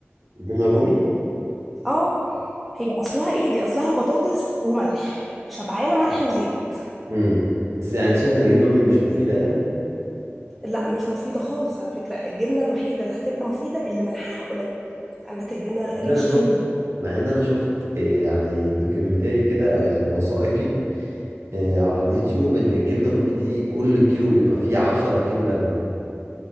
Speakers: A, on the right (about 75°); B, in the centre.
A: الجبنة الرومي
B: اه هي اصلها ايه دي اصلها بطاطس وملح شبعانة ملح وزيت
A: امم بس يعني أنت شايف إن الجبنة الرومي مش مفيدة يعني
B: لا مش مفيدة خالص على فكرة الجبنة الوحيدة اللي هتبقى مفيدة اللي ملحها قليل عندك الجبنة القريش
A: إن أنا شفت
B: هايلة
A: مع ان انا شفت إيه، يعني دوكيومنتري كده او يعني وثائقي إيه، على اليوتيوب ان الجبنه الرومي دي كل كيلو بيبقى فيه 10 كيلو لبن